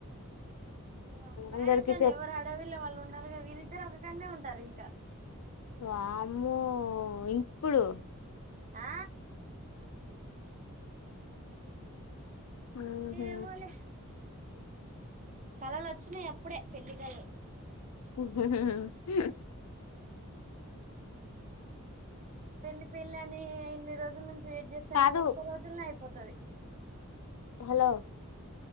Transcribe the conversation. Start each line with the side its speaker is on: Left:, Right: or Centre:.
Right: ఓ అమ్మ మ్యారేజ్
Left: అందరికి
Right: అని
Left: చెప్
Right: ఎవరి హడావుడి లొ వాళ్ళు ఉన్నరు కద వీళ్ళిద్దరు ఒక అక్కనే ఉంటారు ఇంకా
Left: వామ్మో ఇప్పుడు
Right: ఆ
Left: ఊహూ
Right: ఏ మొలే కళలు వచ్చినాయి అప్పుడే పెళ్లి కళలు
Left: <unintelligible>
Right: పెళ్లి పెళ్లని ఇన్ని రోజులు <unintelligible> వెయిట్ చేస్తాంగానీ
Left: కాదు
Right: ఒక్క రోజులనే అయిపోతది
Left: హలో